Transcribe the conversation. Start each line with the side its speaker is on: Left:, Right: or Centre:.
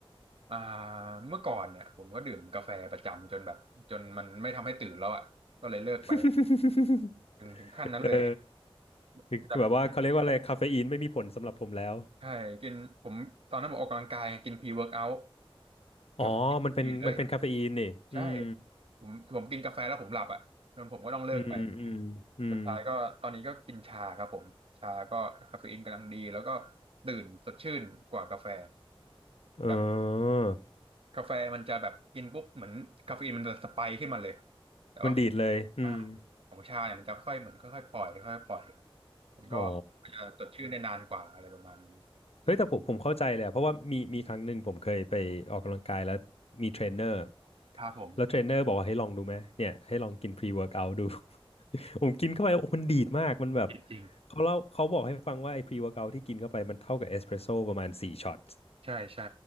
Right: อ่าเมื่อก่อนเนี่ยผมก็ดื่มกาแฟประจำจนแบบจนมันไม่ทำให้ตื่นแล้วอ่ะก็เลยเลิกไป
Left: <laughs>
Right: ถึงถึงขั้นนั้นเลย
Left: เออ
Right: แบบ
Left: คือแบบว่าเขาเรียกว่าอะไรคาเฟอีนไม่มีผลสำหรับผมแล้ว
Right: ใช่กินผมตอนนั้นผมออกกำลังกายกินพรีเวิร์กเอาท์
Left: อ๋อมันเป็นมันเป็นคาเฟอีนนี่อืม
Right: คาเฟอีนดีเลยใช่ผมผมกินกาแฟแล้วผมหลับอ่ะงั้นผมก็ต้องเลิกไป
Left: อืมอืมอืม
Right: สุดท้ายก็ตอนนี้ก็กินชาครับผมชาก็คาเฟอีนกำลังดีแล้วก็ตื่นสดชื่นกว่ากาแฟ
Left: เอ
Right: แบบ
Left: อ
Right: กาแฟมันจะแบบกินปุ๊บเหมือนคาเฟอีนมันจะสไปค์ขึ้นมาเลยแต่ว่า
Left: มันดีดเลยอืม
Right: อ่าของชาเนี่ยมันจะค่อยๆเหมือนค่อยๆปล่อยค่อยๆปล่อยมันก็จะจดชื่อได้นานกว่าอะไรประมาณนี้
Left: อ๋อ เฮ้ยแต่ผมผมเข้าใจเลยอะเพราะว่ามีมีครั้งหนึ่งผมเคยไปออกกำลังกายแล้วมีเทรนเนอร์
Right: ครับผม
Left: แล้วเทรนเนอร์บอกว่าให้ลองดูไหมเนี่ยให้ลองกินพรีเวิร์กเอาท์ดู <laughs> ผมกินเข้าไปโอ้มันดีดมากมันแบบ
Right: จริง
Left: เขาเล่าเขาบอกให้ฟังว่าไอ้พรีเวิร์กเอาท์ที่กินเข้าไปมันเท่ากับเอสเปรสโซ่ประมาณสี่ช็อต
Right: ใช่ใช่